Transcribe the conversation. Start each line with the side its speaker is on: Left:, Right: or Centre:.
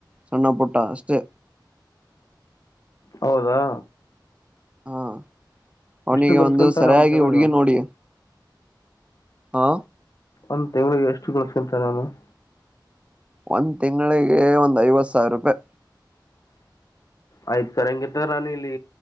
Right: ಸಣ್ಣ ಪುಟ್ಟ ಅಷ್ಟೇ
Left: ಹೌದಾ
Right: ಹಾ ಅವನಿಗೆ
Left: ಎಷ್ಟು ಗಳಿಸ್ಕೊಂತಾನೆ
Right: ಒಂದು ಸರಿಯಾಗಿ
Left: ಒಂದ್ ತಿಂಗಳಿಗೆ
Right: ಹುಡುಗಿ ನೋಡಿ ಹಾ
Left: ಒಂದು ತಿಂಗಳಿಗೆ ಎಷ್ <unintelligible>
Right: ಒಂದ್ ತಿಂಗಳಿಗೆ ಒಂದ್ ಐವತ್ತು ಸಾವಿರ ರೂಪಾಯಿ
Left: ಆಯ್ತು ಸರ್ ಹೆಂಗಿತ್ತ ನಾನ ಇಲ್ಲಿ